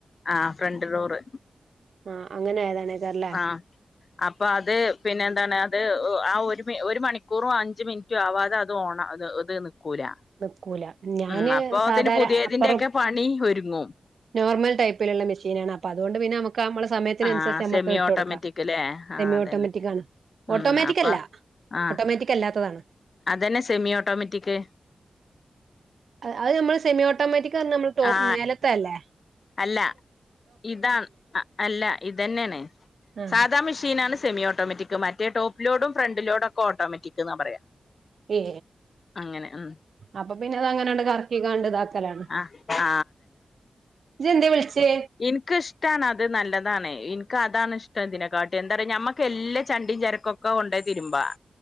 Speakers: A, on the left; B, on the right.
A: ആഹ് ഫ്രണ്ട് ഡോറ്
B: ആഹ് അങ്ങനെ ആയതാണ്ക്കാറല്ലേ <unintelligible>
A: ആ അപ്പൊ അത് പിന്നെ എന്താണ് അത് ആ ഒരു ഒരു മണിക്കൂറും അഞ്ച് മിനി റ്റും ആവാതെ അത് ഓണ അത് അത് നിക്കൂല.
B: നിക്കൂല ഞാന്
A: ഉം അപ്പൊത്തിന്
B: സാധാര
A: പുതിയതിന്റെ
B: അപ്പറം
A: ഒക്കെ പണി ഒരുങ്ങും
B: നോർമൽ ടൈപ്പിലുള്ള മെഷീനാണ് അപ്പ അതുകൊണ്ട് പിന്നെ നമ ക്ക് നമ്മളെ സമയത്തിനനുസരിച്ച്
A: ആ
B: നമ്മക്ക്
A: സെമി
B: ഇട്ട്
A: ഓട്ടോമാറ്റിക്
B: കൊടുക്കാം
A: ല്ലേ ആ
B: സെമി
A: അതന്നെ
B: ഓട്ടോമാറ്റിക്കാണ്
A: ഉം
B: ഓട്ടോമാറ്റിക്ക്
A: അപ്പൊ
B: അല്ല
A: ആ
B: ഓട്ടോമാറ്റിക്ക് അല്ലാത്തതാണ്
A: അതന്നെ സെമി ഓട്ടോമാറ്റിക്ക്
B: അത് നമ്മള് സെമി ഓട്ടോമാറ്റിക്ക് പറഞ്ഞാ നമ്മള് ടോ
A: ആ
B: മേലത്തെയല്ലേ
A: അല്ല ഇതാണ് അല്ല ഇതെന്നെയാണ്
B: ആ
A: സാദാ മെഷീനാണ് സെമി ഓട്ടോമാറ്റിക്ക് മറ്റേ ടോപ്പ് ലോഡും ഫ്രണ്ട് ലോഡും ഒക്കെ ഓട്ടോമാറ്റിക്കെന്നാ പറയാ
B: ഏ
A: അങ്ങനെ ഉം
B: അപ്പൊ പിന്നെ അതങ്ങനെ അങ്ങട്ട് കറ ക്കിക്കാണ്ട് ഇതാക്കലാണ്
A: ആ ആ
B: ഇജ്ജ് എന്തേ വിളിച്ചേ
A: എനിക്കിഷ്ടാണ് അത് നല്ലതാണ് എനിക്ക് അതാണ് ഇഷ്ടം ഇതിനെക്കാട്ടിലും എന്താ പറയുക ഞമ്മക്ക് എല്ലാ ചണ്ടിയും ചരക്കൊ ക്കെ കൊണ്ടോയി തീരുമ്പോ